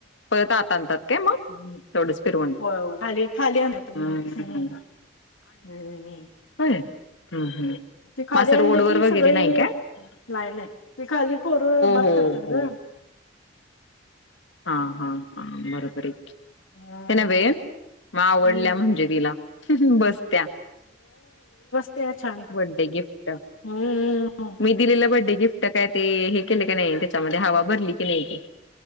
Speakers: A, on the left; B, on the left.
A: परत आत आणतात काय मग,
B: हम्म.
A: तेवढच फिरवून.
B: होय होय खाली खाली आण मग
A: हम्.
B: हम्म हम्म हम. <unintelligible>
A: हो
B: खाली
A: मासं
B: आणली
A: रोडवर
B: की
A: वगैरे
B: सगळी
A: नाही का. <unintelligible>
B: नाही, नाही, ती खाली पोर बात
A: हो
B: करत्यात
A: हो
B: गं.
A: हा हा हा बरोबर आहे त्यान
B: हम्म
A: व <unintelligible> मग आवडल्या
B: हम्म
A: म्हणजे तिला बसत्या.
B: ते छान-
A: बड्डे गिफ्ट.
B: हम्म. <unintelligible>
A: मी दिलेलं बड्डे गिफ्ट काय ते, हे केले का नाही त्याच्यामध्ये हवा भरली की नाही.